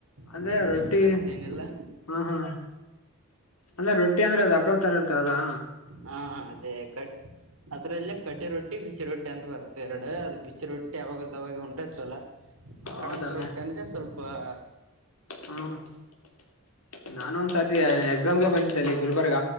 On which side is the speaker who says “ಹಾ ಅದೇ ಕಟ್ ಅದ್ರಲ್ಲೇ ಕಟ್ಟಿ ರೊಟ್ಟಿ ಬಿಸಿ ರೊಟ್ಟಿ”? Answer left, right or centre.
Right